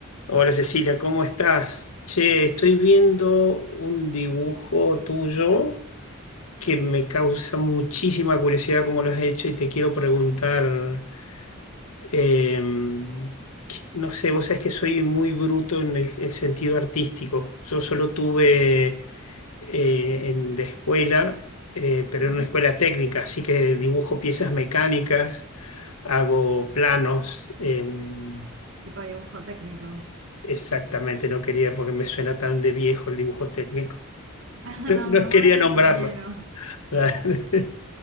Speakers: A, on the left; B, on the right.
A: Hola Cecilia, ¿cómo estás? Che, estoy viendo un dibujo tuyo que me causa muchísima curiosidad cómo lo has hecho y te quiero preguntar, em, que- no sé, vos sabés que soy muy bruto en el, el sentido artístico. Yo solo tuve eh, en la escuela, eh, pero
B: Ujú.
A: en una escuela técnica, así que dibujo piezas mecánicas, hago planos. em,
B: Tipo dibujo técnico. <laughs>
A: Exactamente, no quería, porque me suena tan de viejo el dibujo técnico.
B: Ah,
A: <laughs>
B: No,
A: No
B: mi hermano
A: quería
B: es ingeniero.
A: nombrarlo. <laughs>